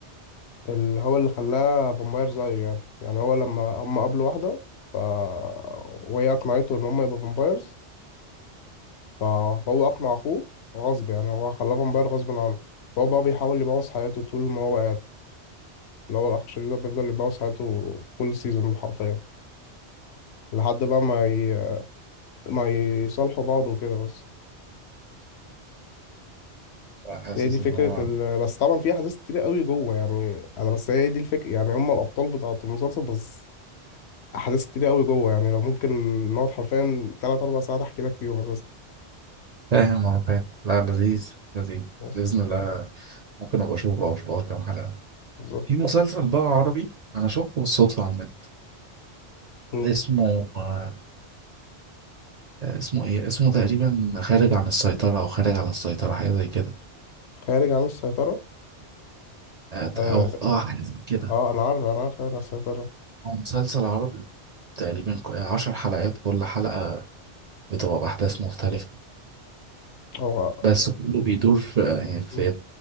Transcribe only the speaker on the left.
اللي هو اللي خلاه فامباير زيه يعني يعني هو لما هم قابلوا واحدة ف وهي اقنعته ان هم يبقوا فامبايرز فهو اقنع اخوه غصب يعني هو خلاه فامباير غصب عنه فهو بقى بيحاول يبوظ حياته طول ما هو قاعد اللي هو الاخ الشرير ده بيفضل يبوظ حياته كل سيزون حرفيا لحد بقى ما ي... ما يصالحوا بعض وكده بس
هي دي فكرة
ال... بس طبعا في أحداث كتير قوي جوه يعني أنا بس هي دي الفكرة يعني هم الأبطال بتاعة المسلسل بس احداث كتير قوي جوه يعني لو ممكن نقعد حرفيا تلات اربع ساعات احكي لك فيهم اساسا
بس
بالظبط
مم.
خارج عن السيطره
اه,
آه انا عارف انا عارف خارج عن السيطره
هو
مم.